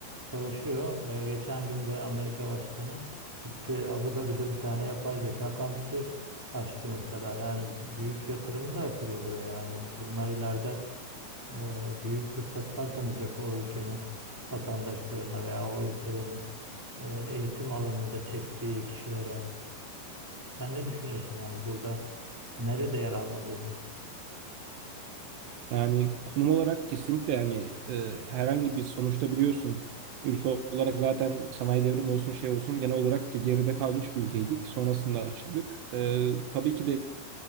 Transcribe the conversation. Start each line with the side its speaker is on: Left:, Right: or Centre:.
Centre: savaşıyor. Ee, geçen gün de Amerika Başkanı gitti Abu Dhabi'de bir tane yapay zeka kampüsü açtı mesela. Yani büyük yatırım da yapılıyor buraya. Yani bunlar ileride e, büyük fırsatlar tanıyacak o ülkenin vatandaşlarına veya o ülkelerin e, eğitim alanında çektiği kişilere. Sen ne düşünüyorsun? Yani burada nerede yer almalıyız biz?
Right: Yani konum olarak kesinlikle yani e, herhangi bir sonuçta biliyorsun ülke olarak zaten sanayi devrimi olsun şey olsun genel olarak geride kalmış bir ülkeydik. Sonrasında açıldık. E, tabii ki de